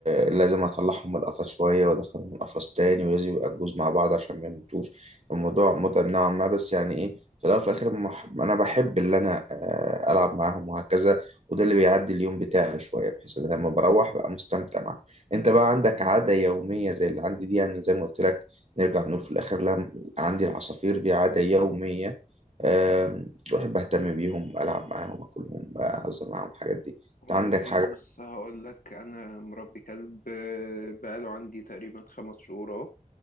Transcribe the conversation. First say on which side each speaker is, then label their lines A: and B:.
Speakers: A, on the right; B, on the left.
A: آه لازم اطلعهم من القفص شويه وادخلهم القفص تاني ولازم يبقى الجوز مع بعض عشان ما يموتوش الموضوع متعب نوعا ما بس يعني ايه في الاول وفي الاخر مح- انا بحب اللي انا آه العب معاهم وهكذا وده اللي بيعدي اليوم بتاعي شويه بحيث ان أنا لما بروح بقى مستمتع معاهم انت بقى عندك عاده يوميه زي اللي عندي دي يعني زي ما قلت لك نرجع نقول في الآخر لا عندي العصافير دي عادة يومية آم، بحب أهتم بيهم ألعب معاهم أكلهم أهزر معاهم الحاجات دي
B: والله
A: أنت عندك حاجة
B: بص هقول لك انا مربي كلب آه، بقاله عندي تقريبا خمس شهور اهو